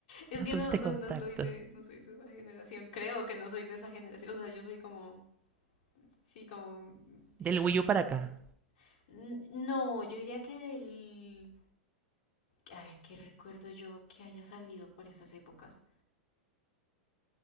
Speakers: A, on the left; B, on the right.
A: Es
B: no
A: que
B: tuviste
A: no, no,
B: contacto.
A: no soy de, no soy de esa generación. Creo que no soy de esa generación. O sea, yo soy como, sí, como generación
B: Del Wii U para acá.
A: Z. N- No, yo diría que del... A ver, ¿qué recuerdo yo que haya salido por esas épocas?